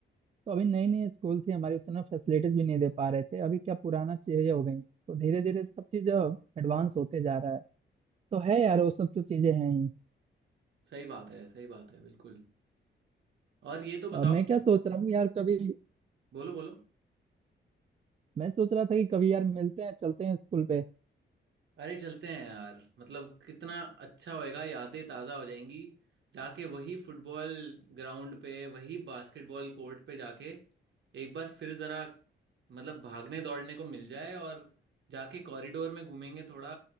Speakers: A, on the right (about 35°); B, on the right (about 70°).
A: तो अभी नई नई स्कूल थी हमारी उतना फैसिलिटीज भी नहीं दे पा रहे थे अभी क्या पुराना चीजें हो गई तो धीरे धीरे सब चीज एडवांस होते जा रहा है तो है यार वो सब तो चीजें हैं ही
B: सही बात है सही बात है बिल्कुल और ये तो बताओ
A: अ, मैं क्या सोच रहा हूँ यार कभी
B: बोलो बोलो
A: मैं सोच रहा था कि कभी यार मिलते हैं चलते हैं स्कूल पे
B: अरे चलते हैं यार मतलब कितना अच्छा होएगा यादें ताज़ा हो जाएंगी जाके वही फुटबॉल ग्राउंड पे वही बास्केटबॉल कोर्ट पे जाके एक बार फिर ज़रा मतलब भागने दौड़ने को मिल जाए और जाके कॉरिडोर में घूमेंगे थोड़ा